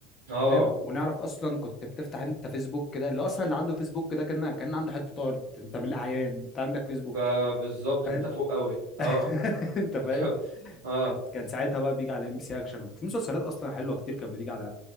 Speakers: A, on the right (about 75°); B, on the left (about 35°).
A: اه
B: فاهم ونعرف اصلا كنت بتفتح انت فيسبوك كده اللي اصلا اللي عنده فيسبوك ده كان كان عنده حته ارض انت من الاعيان انت عندك فيسبوك
A: فبالظبط
B: فاهم
A: انت فوق قوي اه
B: <laughs> انت فاهم
A: <laughs> اه
B: كان كان ساعتها بقى بيجي على ام بي سي اكشن وفي مسلسلات اصلا حلوه كتير كانت بتيجي على